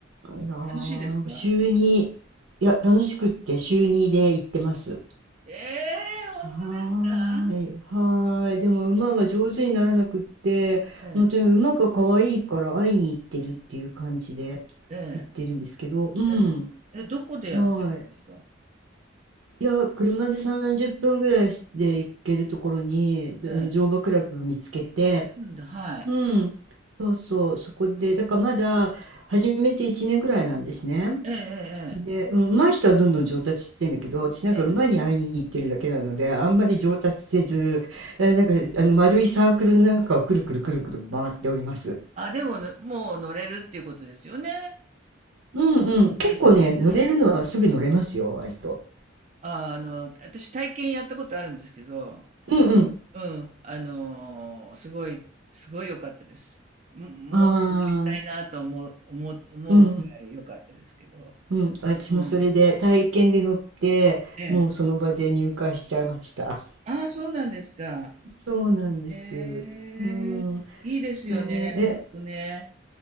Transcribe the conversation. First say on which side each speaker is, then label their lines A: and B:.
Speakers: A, on the right; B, on the right.
A: いやー、
B: 楽しいですか
A: なんか週に、いや、楽しくって週にで行ってます。
B: ええー、本当ですか
A: はーい、はーい。でも馬は上手にならなくって、
B: ええ、
A: 本当に馬が可愛いから会いに行ってるっていう感じで
B: ええ、
A: 行ってるんですけど、うん、
B: ええ。え、どこでやってるんですか
A: はーい。いや、車で30分ぐらいで行けるところに、あの乗馬クラブ見つけて、
B: ええ。あ、うんだ、はい。
A: うん、そうそう、そこで、だからまだ始めて1年ぐらいなんですね。
B: ええ、
A: で、うん、上手い人はどんどん上達してんだけど、私なんか馬に会いに行ってるだけなので、
B: ええ、ええ。ええ
A: あんまり上達せず、えーなんかあの丸いサークルの中をくるくるくるくる回っております。
B: あ、でも、もう乗れるっていうことですよね。
A: うんうん、結構ね、
B: いいですね。
A: 乗れるのはすぐ乗れますよ、割と。
B: ああの、私体験やったことあるんですけど、
A: うんうん。
B: うん、あのーすごい、すごい良かったです。も、もっと乗りたいなと思う、
A: ああ、
B: 思う、思うくらい良かったですけど。
A: うん。うん、私もそれで体験で乗って、
B: うん。ええ。
A: もうその場で入会しちゃいました。
B: ああ、そうなんですか。
A: <laughs> そうなんです。
B: へえ、
A: うん、
B: いいですよね、
A: えーえ、
B: ほんとね。